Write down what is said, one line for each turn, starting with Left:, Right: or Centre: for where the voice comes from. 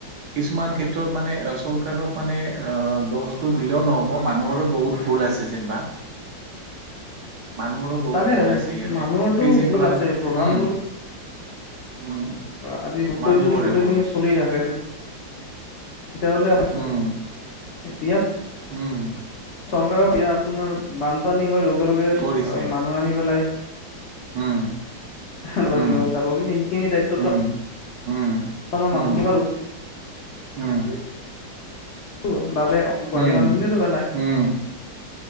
Right: কিছুমান ক্ষেত্ৰত মানে চৰকাৰক মানে, আহ দুখটো দিলেও নহ ব, মানুহৰো বহুত ভুল আছে যেনিবা। মানুহৰো বহুত
Left: তাকে
Right: ভুল
Left: তাকে
Right: আছে ইয়াতে।
Left: মানুহৰটো
Right: সেই যে
Left: ভুল
Right: প্লা,
Left: আছে প্ৰধান
Right: উম উম
Left: আজিলৈকে
Right: মানুহৰে
Left: যদি গোটেইখিনি
Right: ভুল
Left: চলি থাকে তে তেতিয়া হ'লে আচলতে,
Right: উম
Left: এতিয়া
Right: উম।
Left: ৰ বিয়া আপোনাৰ বানপানী হয়, লগে-লগে
Right: কৰিছে
Left: মানুহ আনি পেলাই
Right: উম
Left: ল'ৰা
Right: উম
Left: কিবা কথা কওঁ যে, কিন্তু সেইখিনি দায়িত্বটো
Right: উম, উম,
Left: আমাৰ মানুহটো
Right: উম, উম।
Left: টো বালে, গুৱাহাটী
Right: উম,
Left: মানুহখিনিয়েটো পেলায়।
Right: উম,